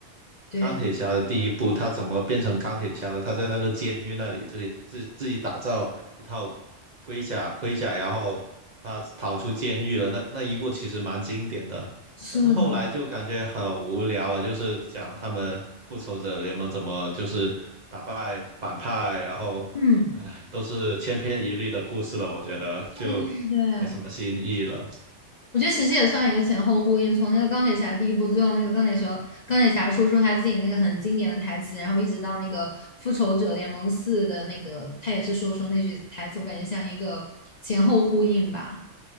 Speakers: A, on the left; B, on the right.
A: 对，
B: 钢铁侠的第一部，他怎么变成钢铁侠的？他在那个监狱那里，就是自自己打造一套盔甲，盔甲，然后他逃出监狱了。那那一部其实蛮经典的，
A: 是的，
B: 但是后来就感觉很无聊啊，就是讲他们复仇者联盟怎么就是打败反派，然后，
A: 嗯，
B: 唉，都是千篇一律的故事了，我觉得就
A: 对对。
B: 没什么新意了。
A: 我觉得其实也算一个前后呼应，从那个钢铁侠第一部，最后那个钢铁侠钢铁侠说出他自己那个很经典的台词，然后一直到那个复仇者联盟四的那个，他也是说出那句台词，我感觉像一个前后呼应吧。